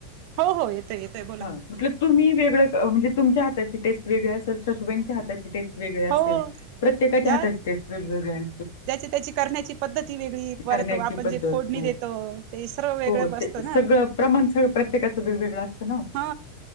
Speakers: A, on the right; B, on the left.
A: हो हो येतोय येतोय बोला.
B: हां, म्हटलं तुम्ही वेगळं म्हणजे तुमच्या हाताची टेस्ट वेगळी असल सासूबाईंच्या हाताची टेस्ट वेगळे असेल.
A: हो
B: प्रत्येकाच्या
A: ह्या
B: हातात टेस्ट वेगवेगळ्या आय.
A: ज्याची त्याची करण्याची पद्धत ही वेगळी परत
B: करण्याची
A: आपण
B: पद्धत
A: जे फोडणी
B: हो,
A: देतो ते सर्व वेगळं
B: हो
A: बसतं
B: ते
A: ना.
B: सगळं प्रमाण सगळं प्रत्येकाचं वेगवेगळं असतं ना
A: हा